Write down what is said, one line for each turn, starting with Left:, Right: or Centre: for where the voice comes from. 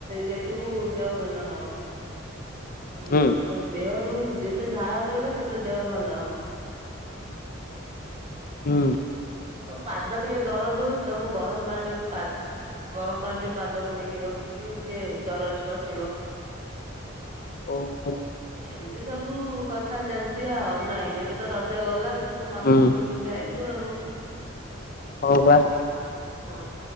Right: ଦେଖିବୁ ଦେହ ଭଲ ହବ ଆଉ
Left: ହୁଁ
Right: ତ ଦେହ ତୁ ଯେତେ ଝାଳ ବହିବ ସେତେ ଦେହ ଭଲ ହବ
Left: ହୁଁ
Right: ପାଦ ଟିକେ ଦରଜ ହଉଛି ତ ମୁଁ ଗରମ ପାଣିରେ ପାଦ ଗରମ ପାଣିରେ ପାଦ ବୁଡେଇକି ରଖିଛି ଟିକେ ଦରଜ କଟିବ
Left: ଓ ହୋ
Right: ଏମିତି ସବୁ କଥା ଚାଲିଛି ଆଉ ନାଇଁ ଏବେ ତ ରଜ ଗଲା ତୁ ତୋ ମାମୁଁ
Left: ହୁଁ।
Right: ଘରୁ ବୁଲିକି ଆଇୁ ଲୁ ଆଉ
Left: ହ ବା
Right: ହୁ